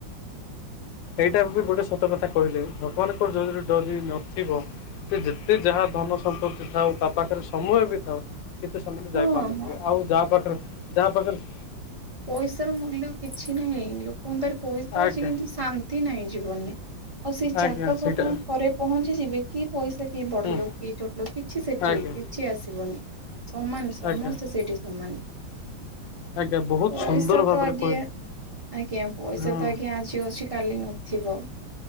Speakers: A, on the left; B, on the right.
A: ଏଇଟା ବି ଗୋଟେ ସତ କଥା କହିଲେ ଭଗବାନଙ୍କର ଯଦି ଡୋରି ନଥିବ। ସେ ଯେତେ ଯାହା ଧନ ସମ୍ପତ୍ତି ଥାଉ ତା ପାଖରେ ସମୟ ବି ଥାଉ। କେତେ ସମୟରେ
B: ହଁ
A: ଯାଇପାରୁନଥିବେ
B: ହଁ
A: ଆଉ ଯାହା ପାଖରେ ଯାହା ପାଖରେ
B: ପଇସା ର ମୂଲ୍ୟ କିଛି ନାହିଁ ଲୋକଙ୍କ ପାରେ ପଇସା
A: ଆଜ୍ଞା
B: ଅଛି କିନ୍ତୁ ଶାନ୍ତି ନାହିଁ ଜୀବନରେ। ଆଉ ସେଇ ଜାଗାକୁ
A: ଆଜ୍ଞା ସେଇଟା
B: ଆପଣ ଥରେ ପହଞ୍ଚିଯିବେ କି ପଇସା କିଏ ବଡ଼
A: ହୁଁ
B: ଲୋକ୍ କିଏ ଛୋଟ ଲୋକ୍ କିଛି ସେଠି
A: ଆଜ୍ଞା
B: କି ଛି ଆସିବନି। ସମାନ ସମସ୍ତେ
A: ଆଜ୍ଞା
B: ସେଇଠି ସମାନ।
A: ଆଜ୍ଞା ବହୁତ
B: ପଇସା
A: ସୁନ୍ଦର ଭାବରେ
B: ତ ଆଜ୍ଞା
A: କହିଲେ
B: ଆଜ୍ଞା ପଇସା
A: ହଁ
B: ତ ଆଜ୍ଞା ଆ ଜି ଅଛି କାଲି ନଥିବ।